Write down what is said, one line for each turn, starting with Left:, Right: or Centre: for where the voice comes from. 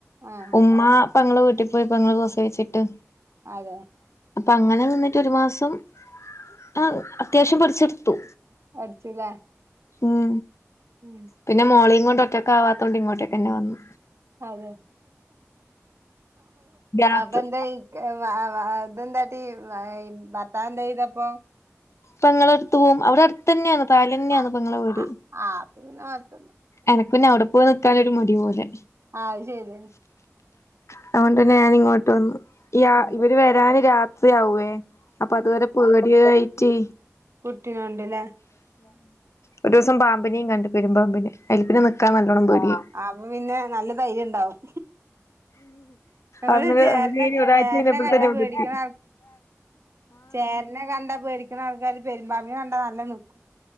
Right: ആഹ്
Left: ഉമ്മ പങ്ങള വീട്ടി പോയി പെങ്ങൾ പ്രസവിച്ചിട്ട്
Right: അതെ
Left: അപ്പൊ അങ്ങനെ നിന്നിട്ട് ഒരു മാസം ആ അത്യാവശ്യം പഠിച്ചെടുത്തു
Right: അടിച്ചില്ല
Left: ഉം
Right: ഉം
Left: പിന്നെ മോളേം കൊണ്ട് ഒറ്റക്ക ആവാത്ത കൊണ്ട് ഇങ്ങോട്ടൊക്കെന്നെ വന്നു
Right: അതെ
Left: രാത്രി
Right: അതെപ്പന്ത ഇതെന്താട്ട ഭർത്താ എന്താ ചെയ്തപ്പൊ
Left: പങ്ങളെ അടുത്ത് പോകും അവിടെ അടുത്ത് തന്നെയാണ് താല് തന്നെയാണ്
Right: ആഹ്
Left: പങ്ങളെ വീട്
Right: ആഹ് ആഹ് പി പിന്നെ മാത്തന്ന്
Left: എനക്ക് പിന്നെ അവിടെ പോയി നിൽക്കാ ഒരു മടി പോലെ
Right: ആഹ് അത് ശരിയാണ്
Left: അതുകൊണ്ട് തന്നെ ഞാനിങ്ങോട്ട് വന്ന് യാ
Right: അതെ
Left: ഇവര് വരാന് രാത്രിയാവേ അപ്പൊ അതുവരെ പേടിയായിട്ട്
Right: കുട്ടിനോണ്ടില്ലേ
Left: ഒരു ദിവസം പാമ്പിനെയയും കണ്ട് പെരുമ്പാമ്പിനന് അയല്പ്പിനെ നിക്കാൻ നല്ലോണ്ണം പേടിയ
Right: അ പിന്നെ നല്ല തൈര് ഉണ്ടാവും നമ്മള്
Left: അന്ന്
Right: ചേരനെ
Left: അതി ഇനി ഒരാഴ്ച
Right: ചേരനെ
Left: ഇനപ്പഴത്തന്നെ
Right: കണ്ടാ
Left: ഉടുത്തി
Right: പേടിക്കണ ആൾ ചേരനെ കണ്ടാ പേടിക്കണ അവർക്കല് പെരുമ്പാമ്പിനെ കണ്ടാ നല്ല നൽക്കും